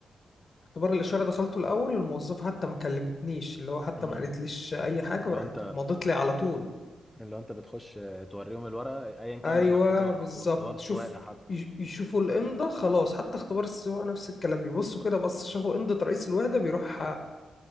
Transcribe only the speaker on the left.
اختبار الإشارة دخلته الأول الموظفة حتى ما كلمتنيش اللي هو حتى
ما قالتليش أي حاجة
وراحت
مضت لي على طول
أيوه
بالظبط
شوف
يش- يشوفوا الإمضة خلاص حتى اختبار السواقة نفس الكلام بيبصوا كده بس شافوا إمضة رئيس الوحدة بيروح